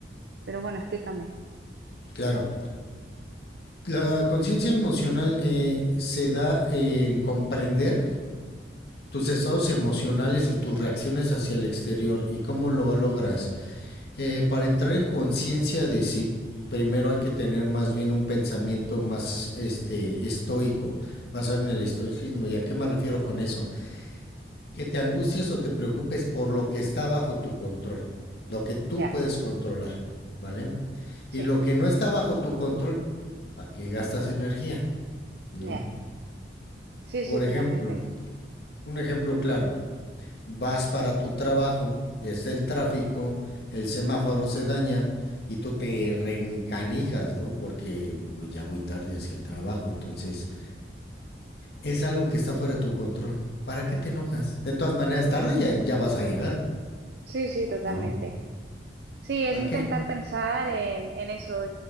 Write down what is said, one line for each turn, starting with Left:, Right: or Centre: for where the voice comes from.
Right: Pero bueno, explícame.
Left: Claro. La conciencia emocional eh, se da en comprender tus estados emocionales y tus reacciones hacia el exterior y cómo lo logras. Eh, para entrar en conciencia de sí, primero hay que tener más bien un pensamiento más este, estoico, basado en el estoicismo. ¿Y a qué me refiero con eso? Que te angusties o te preocupes por lo que está bajo tu control, lo que tú
Right: Ya,
Left: puedes controlar, ¿vale?
Right: sí,
Left: Y lo que no está bajo tu control, ¿para qué gastas energía? ¿No?
Right: ya. Sí,
Left: Por
Right: sí,
Left: ejemplo,
Right: totalmente.
Left: un ejemplo claro, vas para tu trabajo, está el tráfico, el semáforo se daña y tú te reencanijas, ¿no? Porque ya voy tarde hacia el trabajo, entonces es algo que está fuera de tu control. ¿Para qué te enojas? De todas maneras, tarde ya, ya vas a llegar,
Right: Sí, sí, totalmente.
Left: ¿no?
Right: Sí, es
Left: ¿Para
Right: intentar
Left: qué?
Right: pensar en, en eso.